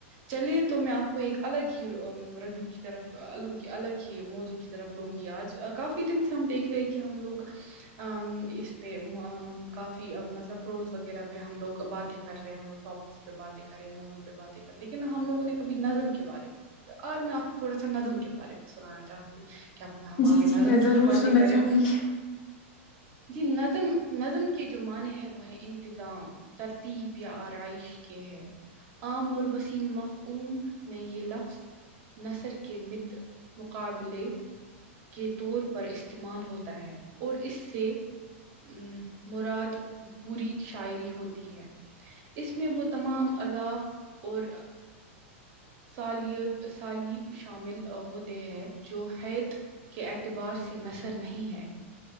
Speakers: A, on the right (about 40°); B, on the left (about 50°).
A: چلیے تو میں آپ کو ایک الگ ہی رجوع کی طرف الگ الگ ہی موضع کی طرف لوں گی آج کافی دن سے ہم دیکھ رہے ہیں کہ ہم لوگ ا اس پہ کافی مطلب پروز وغیرہ پہ ہم لوگ باتیں کر رہے ہیں ہم لوگ ٹاپک پہ باتیں کریں موضو پہ باتیں کر لیکن ہم لوگوں نے کبھی نظم کے بارے میں آج میں آپ کو تھوڑا سا نظم کے بارے میں سنانا چاہتا کیا پتا ہم
B: جی
A: آگے
B: جی
A: نظم
B: میں
A: کی
B: ضرور
A: ہی باتیں
B: سننا
A: کریں
B: چاہوں گی
A: جی نظم نظم کے جو معنی ہے وہ ہے انتظام ترتیب یا آرائش کے ہے عامر وسیم مفعوم میں یہ لفظ نثر کے مد مقابلے کے طور پر استعمال ہوتا ہے اور اس سے ا مراد پوری شاعری ہوتی ہے ا میں وہ تمام اضاف اور سالب سالب شامل ہوتے ہیں جو ہیت کے اعتبار سے نثر نہیں ہے